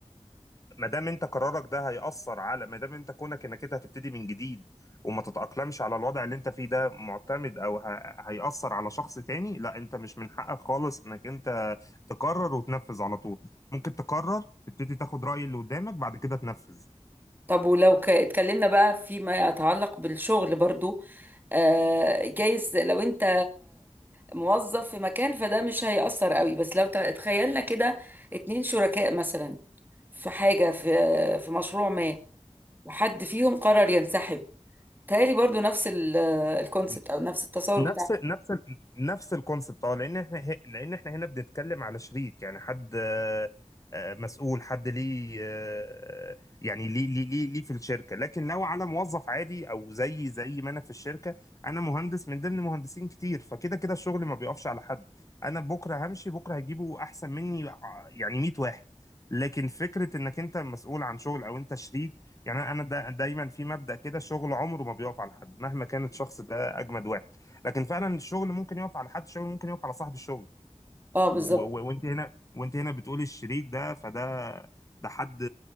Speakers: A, on the left; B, on the right.
A: ما دام انت قرارك ده هيأثر على ما دام انت كونك انك انت هتبتدي من جديد وما تتأقلمش على الوضع اللي انت فيه ده معتمد او ه... هيأثر على شخص تاني لا انت مش من حقك خالص انك انت تقرر وتنفذ على طول ممكن تقرر تبتدي تاخد رأي اللي قدامك بعد كده تنفذ
B: طب ولو ك- اتكلمنا بقى فيما يتعلق بالشغل برضو آه، جايز لو انت موظف في مكان فده مش هيأثر قوي بس لو ت- تخيلنا كده اتنين شركاء مثلا في حاجة في في مشروع ما وحد فيهم قرر ينسحب تهيألي برضو نفس ال- الكونسبت
A: مم.
B: او نفس التصور
A: نفس
B: بتاع
A: نفس ال- نفس الكونسبت اه لان احنا ه- لان احنا هنا بنتكلم على شريك يعني حد آه، آه، مسؤول حد ليه آه، يعني ليه ليه ليه ليه في الشركه لكن لو على موظف عادي او زي زي ما انا في الشركه انا مهندس من ضمن مهندسين كتير فكده كده الشغل ما بيقفش على حد انا بكره همشي بكره هجيبه احسن مني ع- يعني 100 واحد لكن فكره انك انت مسؤول عن شغل او انت شريك يعني انا دا دايما في مبدأ كده الشغل عمره ما بيقف على حد مهما كان الشخص ده اجمد واحد لكن فعلا الشغل ممكن يقف على حد الشغل ممكن يقف على صاحب الشغل
B: اه
A: و-
B: بالظبط
A: و- وانت هنا وانت هنا بتقولي الشريك ده فده ده حد